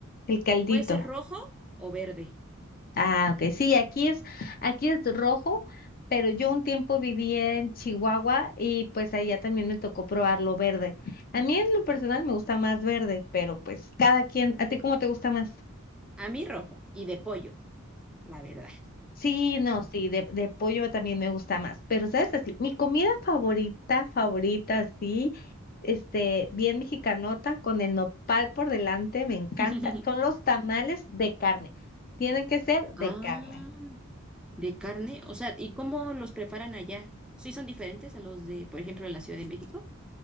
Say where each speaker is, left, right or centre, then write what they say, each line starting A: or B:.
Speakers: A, on the left; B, in the centre.
A: el caldito?
B: Puede ser rojo o verde.
A: Ah, ok. Sí, aquí es, aquí es rojo, pero yo un tiempo viví en Chihuahua y pues allá también me tocó probarlo verde. A mí en lo personal me gusta más verde, pero pues cada quien, ¿a ti cómo te gusta más?
B: A mí rojo y de pollo, la verdad.
A: Sí, no, sí, de, de pollo también me gusta más, pero sabes así, mi comida favorita, favorita, sí, este, bien mexicanota, con el nopal por delante, me encanta,
B: <laughs>
A: son los tamales de carne, tienen que ser de
B: Ah,
A: carne.
B: de carne. O sea, ¿y cómo los preparan allá? ¿Sí son diferentes a los de, por ejemplo, la Ciudad de México?